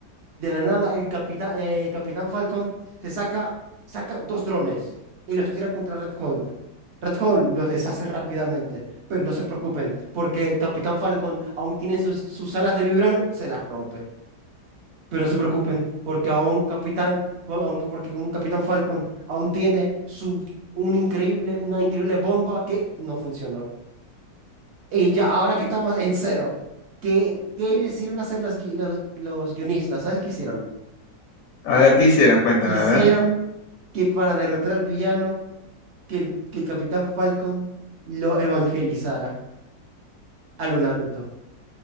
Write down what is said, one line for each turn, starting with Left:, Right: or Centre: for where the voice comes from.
Right: De la nada, el capitán, eh, Capitán Falcon se saca, saca dos drones y los tira contra Red Hulk. Red Hulk los deshace rápidamente, pero no se preocupen, porque Capitán Falcon aún tiene sus, sus alas de vibrano, se las rompe. Pero no se preocupen, porque aún Capitán, por- aún porque un Capitán Falcon aún tiene su, un increíble, una increíble bomba que no funcionó. Y ya, ahora que estamos en cero, ¿qué, qué decidieron hacer los, gui- los, los guionistas? ¿Sabes qué hicieron?
Left: a ver, ¿qué hicieron? Cuéntame,
Right: hicieron
Left: a ver.
Right: que para derrotar al villano, que el, que el Capitán Falcon lo evangelizara a lo Naruto.